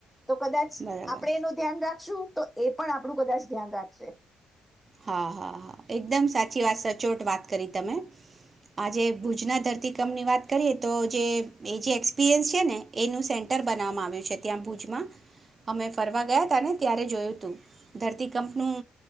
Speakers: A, in the centre; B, on the right.
A: તો કદાચ
B: બરાબર
A: આપડે એનું ધ્યાન રાખશું તો એ પણ આપણું કદાચ ધ્યાન રાખશે.
B: હા હા હા એકદમ સાચી વાત સચોટ વાત કરી તમે આજે ભુજના ધરતીકંપની વાત કરીએ તો જે એ જે એક્સપિરિયન્સ છે ને એનું સેન્ટર બનાવવામાં આવ્યું છે ત્યાં ભુજમાં અમે ફરવા ગયા હતા ને ત્યારે જોયું હતું ધરતીકંપનું